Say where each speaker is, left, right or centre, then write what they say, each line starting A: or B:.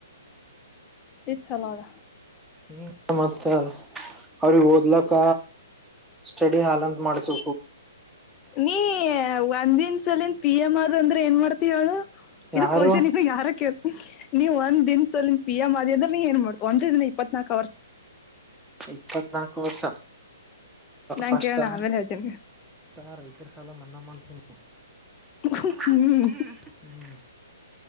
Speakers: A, on the left; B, in the centre.
A: ಇದ್ ಚಲೋಅದ
B: ಇಗ ಮತ್ತ ಅವ್ರಿಗೆ ಓದ್ಲಕ್ಕ ಸ್ಟಡಿ ಹಾಲ್ ಅಂತ ಮಾಡ್ಸು
A: ನೀ ಒಂದಿನ್ ಸಲಿನ್ ಪಿ ಎಮ್ ಆಗ ಅಂದ್ರೆ ಏನ್ ಮಾಡ್ತಹೇಳು ಇದು
B: ಯಾರು
A: ಕ್ವೆಷನ್ ನೀನ್ನ ಯಾರೇ ನೀವ್ ಒಂದಿನ್ ಸಲ ಪಿ ಎಂ ಆದಿ ಅನ್ರ ನೀ ಏನ್ ಮಾಡ್ತವ ಒಂದ ದಿನ ಇಪ್ಪತ್ನಾಲ್ಕು ವರ್ಷ
B: ಇಪ್ಪತ್ನಾಲ್ಕು ವರ್ಷ
A: ನಾನ್
B: ಫಸ್ಟ್
A: ಕೇಳಣ ಆಮೇಲೆ ಹೇಳ್ತೀನಿ
B: ಅ ರೈತರ ಸಾಲ ಮನ್ನಾ ಮಾಡ್ತೀನಿ
A: ಹ್ಮ್
B: ಹ್ಮ ಹ್ಮ್